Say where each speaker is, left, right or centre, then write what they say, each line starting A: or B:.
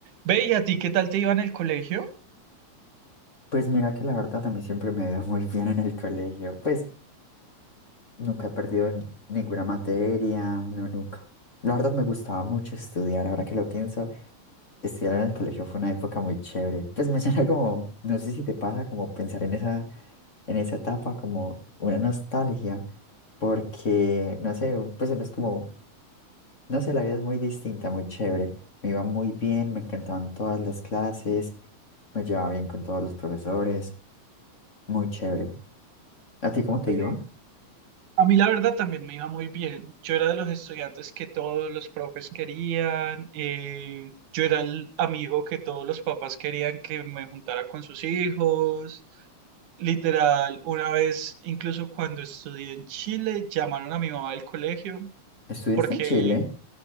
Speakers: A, on the right (about 80°); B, on the left (about 30°).
A: Ve, ¿y a ti qué tal te iba en el colegio?
B: Pues mira que la verdad a mí siempre me ha ido <laughs> muy bien en el colegio. Pues nunca he perdido en ninguna materia, no, nunca. La verdad me gustaba mucho estudiar, ahora que lo pienso, estudiar en el colegio fue una época muy chévere. Pues me <laughs> llena como, no sé si te pasa, como pensar en esa, en esa etapa, como una nostalgia, porque, no sé, pues uno es como, no sé, la vida es muy distinta, muy chévere. Me iba muy bien, me encantaban todas las clases, me llevaba bien con todos los profesores, muy chévere. ¿A ti cómo te
A: Eh,
B: iba?
A: a mí la verdad también me iba muy bien. Yo era de los estudiantes que todos los profes querían. eh, yo era el amigo que todos los papás querían que me juntara con sus hijos. Literal, una vez, incluso cuando estudié en Chile, llamaron a mi mamá del colegio
B: ¿Estudiaste
A: porque
B: en Chile?